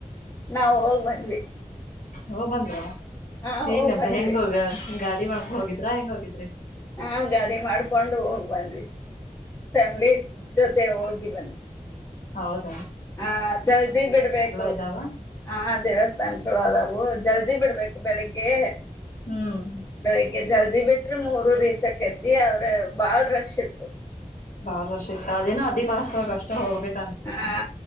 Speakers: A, on the left; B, on the left.
A: ನಾವವು ಹೋಗ್ ಬಂದ್ವಿ.
B: ಹೊಗ್ ಬಂದ್ರ.
A: ಹಾ
B: ಏನಬ್ಬ
A: ಹೋಗ್ ಬಂದ್ವಿ
B: ಹೆಂಗೋಗ <unintelligible> ಗಾಡಿ ಮಾಡ್ಕೊಂಡ್ ಹೋಗಿದ್ರಾ ಹೆಂಗ್ ಹೋಗಿದ್ರಿ.
A: ಹಾ ಗಾಡಿ ಮಾಡ್ಕೊಂಡು ಹೋಗ್ ಬಂದಿ. ಫ್ಯಾಮಿಲಿ ಜೊತೆ ಹೋಗಿ ಬನ್ನ
B: ಹೌದು
A: ಹ ಜಲ್ದಿ ಬಿಡ್ಬೇಕು
B: ಇದಾವ
A: ಹ ದೇವಸ್ಥಾಾನ ಚಲೋದ. <inaudible> ಹೌ ಜಲ್ದಿ ಬಿಡ್ಬೇಕು ಬೆಳಿಗ್ಗೆ
B: ಹ್ಮ್
A: ಬೆಳಿಗ್ಗೆ ಜಲ್ದಿ ಬಿಟ್ರೆ ಮೂರು ರೀತಿ ಚಕತಿ ಆದ್ರೆ ಬಾಳ್ ರಶ್ ಇತ್ತು
B: ಬಹಳ ರಶ್ ಇತ್ತು ಅದಿನ್ ಅದಿ ವಾಸ್ತವ ಅಷ್ಟ ಹೋಗ್ಬೇಕು
A: ಹಾ